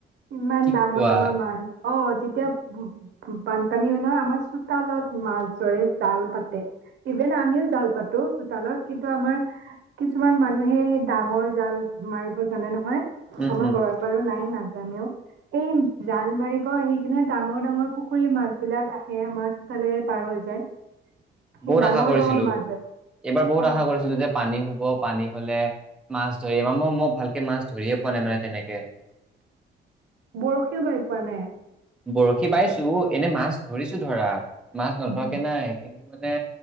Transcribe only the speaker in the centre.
কি
কোৱা
উম
উম
বহুত
আশা কৰিছিলো,
এইবাৰ বহুত
আশা কৰিছিলো যে পানী হ'ব, পানী হ'লে মাছ ধৰিম, মই ভালকে মাছ ধৰিয়ে পোৱা নাই মানে তেনেকে
বৰশী বাইছো এনে মাছ ধৰিছো ধৰা মাছ নধৰাকে
নাই কিন্তু মানে